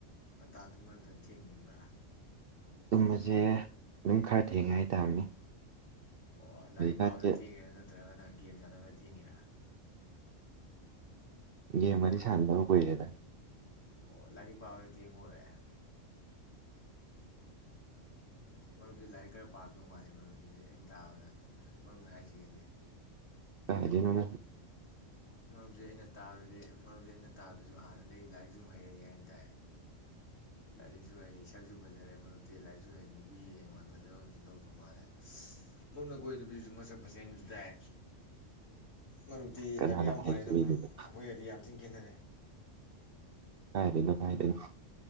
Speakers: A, on the left (about 85°); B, on the right (about 55°).
A: ꯉꯟꯇꯥ ꯇꯨꯝꯕ꯭ꯔ ꯅꯠꯇ꯭ꯔꯒ ꯊꯦꯡ ꯇꯨꯝꯕ꯭ꯔꯥ
B: ꯇꯨꯝꯕꯁꯦ ꯑꯗꯨꯝ ꯈꯔ ꯊꯦꯡꯉꯦ ꯍꯥꯏꯇꯥꯥꯕꯅꯤ
A: ꯑꯣ ꯂꯥꯏꯔꯤꯛ
B: ꯍꯧꯖꯤꯛꯀꯥꯟꯁꯦ
A: ꯄꯥꯕꯗ ꯊꯤꯉꯤꯔꯥ ꯅꯠꯇ ꯇ꯭ꯔꯒꯅ ꯒꯦꯝ ꯁꯥꯟꯅꯕꯗ ꯊꯦꯡꯉꯤꯔꯥ
B: ꯒꯦꯝꯒꯥꯖꯤ ꯁꯥꯟꯅꯗꯕ ꯀꯨꯏꯔꯦꯗꯥ
A: ꯑꯣ ꯂꯥꯏꯔꯤꯛ ꯄꯥꯕ ꯇꯦꯡꯑꯣꯏꯔꯦ ꯃꯔꯨꯞꯁꯤ ꯂꯥꯏꯔꯤꯛ ꯈꯔ ꯄꯥꯝꯔꯝꯗꯧ ꯃꯥꯜꯂꯤ ꯃꯔꯨꯞꯁꯤꯗꯤ ꯑꯩꯅ ꯇꯥꯕꯗ ꯃꯔꯨꯞꯅ ꯍꯥꯏꯁꯤꯒꯗꯤ
B: ꯀꯥꯏꯗꯩꯅꯣꯗ
A: ꯃꯔꯨꯞꯁꯦ ꯑꯩꯅ ꯇꯥꯕꯗꯗꯤ ꯃꯔꯨꯞꯁꯦ ꯑꯩꯅ ꯇꯥꯕꯁꯨ ꯍꯥꯟꯅꯗꯒꯤ ꯂꯥꯏꯔꯤꯛꯁꯨ ꯍꯩꯔꯛꯏ ꯍꯥꯏꯅ ꯇꯥꯏ ꯂꯔꯤꯁꯨ ꯍꯩꯏ ꯁ ꯁꯛꯁꯨ ꯐꯖꯔꯦ ꯃꯔꯨꯞꯇꯤ ꯂꯥꯏꯔꯤꯛꯁꯨ ꯍꯩ ꯅꯨꯄꯤ ꯍꯌꯦꯡꯋꯥꯏ ꯐꯖꯕ ꯑꯃꯁꯨ ꯂꯧꯗꯧ ꯃꯥꯜꯂꯦ ꯔꯨꯝꯅ ꯀꯣꯏ ꯅꯨꯄꯤꯁꯤꯁꯨ ꯃꯁ ꯐꯖꯩ ꯍꯥꯏꯅꯁꯨ ꯇꯥꯏ ꯃꯔꯨꯞꯇꯤ
B: ꯀꯅꯥꯅꯕꯨ
A: ꯂꯥꯏꯕꯛ ꯌꯥꯝ
B: ꯍꯩꯖꯤꯜꯂꯤꯅꯣꯗ
A: ꯐꯔꯦꯗ ꯃꯔꯨꯞ ꯑꯩꯈꯣꯏꯒꯗꯤ ꯌꯥꯝꯦ ꯊꯤꯟ ꯈꯦꯠꯅꯔꯦ
B: ꯀꯥꯏꯗꯩꯅꯣ ꯀꯥꯏꯗꯩꯅꯣ